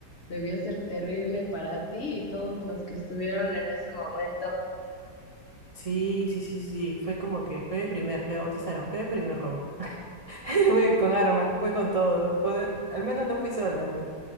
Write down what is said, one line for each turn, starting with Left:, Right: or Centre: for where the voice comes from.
Left: debió ser terrible para ti y todos los que estuvieron en ese momento.
Right: Sí, sí, sí, sí. Fue como que fue mi primer, me bautizaron, fue mi primer robo. <laughs> Fue con arma, fue con todo. O sea, al menos no fui sola, pues.